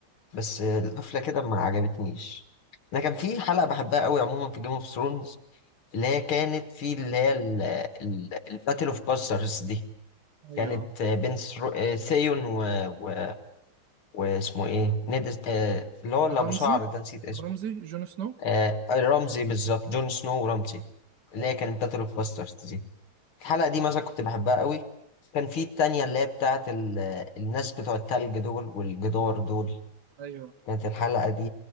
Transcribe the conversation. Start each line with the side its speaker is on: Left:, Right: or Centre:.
Left: بس القفله كده ما عجبتنيش انا كان في حلقه بحبها قوي عموما في جيم اوف ثرونز اللي هي كانت في اللي هي الباتل اوف باسترز دي
Right: ايوه
Left: كانت بين ثرو- آه، ثيون و... و... واسمه ايه نيد آه، اللي هو اللي ابو
Right: رمزي
Left: شعر ده نسيت اسمه
Right: رمزي جون سنو
Left: آه، آه، رمزي بالظبط جون سنو ورمزي اللي
Right: ايوه
Left: هي كانت باتل اوف باسترز دي الحلقة دي مثلا كنت بحبها قوي كان في التانية اللي هي بتاعت ال... الناس بتوع التلج دول والجدار دول
Right: ايوه
Left: كانت الحلقة دي